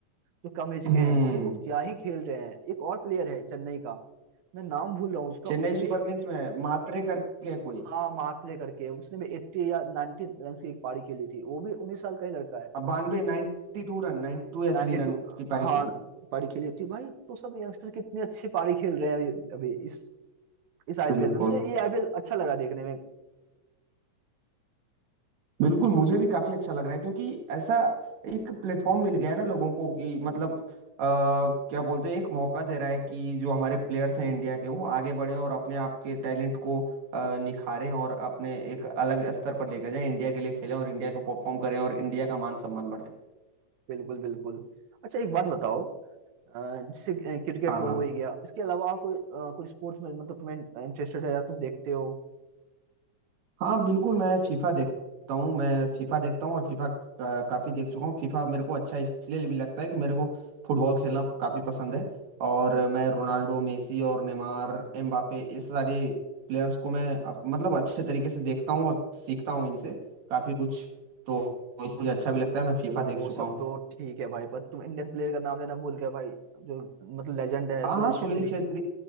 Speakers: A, on the right; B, on the right.
A: जो कम एज
B: हम्म
A: के हैं भाई वो क्या ही खेल रहे हैं एक और प्लेयर है चेन्नई का मैं नाम भूल रहा हूँ उसका
B: चेन्नई
A: उसने
B: सुपर
A: भी एक
B: किंग्स में है, मात्रे करके है कोई
A: हाँ मात्रे करके उसने भी 80 या 90 रन की एक पारी खेली थी वो भी 19 साल का ही लड़का है
B: बानवे 92 टू रन 92 या
A: 92
B: थ्री रन की पारी
A: हाँ
B: खेली थी
A: पारी खेली थी भाई तो सब यंगस्टर कितनी अच्छी पारी खेल रहे हैं अभी अभी इस इस आईपीएल
B: बिल्कुल
A: में मुझे ये आईपीएल अच्छा लगा देखने में
B: बिल्कुल मुझे भी काफी अच्छा लग रहा है क्योंकि ऐसा एक प्लेटफॉर्म मिल गया है ना लोगों को कि मतलब आ, क्या बोलते हैं एक मौका दे रहा है कि जो हमारे प्लेयर्स हैं इंडिया के वो आगे बढ़े और अपने आप के टैलेंट को अ, निखारें और अपने एक अलग स्तर पर लेकर जाएं इंडिया के लिए खेलें और इंडिया को परफॉर्म करें और इंडिया का मान सम्मान बढ़ाएं
A: बिल्कुल बिल्कुल अच्छा एक बात बताओ अ, जैसे क्रिकेट
B: हाँ
A: तो
B: हाँ
A: हो ही गया इसके अलावा और कोई अ, कोई स्पोर्ट्स में मतलब तुम्हें इंटरेस्टेड है या तुम देखते हो
B: हाँ बिल्कुल मैं फीफा देखता हूँ मैं फीफा देखता हूँ और फीफा का, काफी देख चुका हूँ फीफा मेरे को अच्छा इसलिए भी लगता है कि मेरे को फुटबॉल खेलना काफी पसंद है और मैं रोनाल्डो मेसी और नेमार एम्बापे इस सारे प्लेयर्स को मैं अप- मतलब अच्छे तरीके से देखता हूँ और सीखता हूँ इनसे काफी कुछ तो इससे मुझे अच्छा भी लगता है मैं फीफा
A: चलो वो
B: देख चुका
A: सब
B: हूँ
A: तो ठीक है भाई पर तुम इंडियन प्लेयर का नाम लेना भूल गए भाई जो मतलब लेजेंड है
B: हाँ
A: सुनील
B: हाँ सुनील
A: छेत्री
B: छेत्री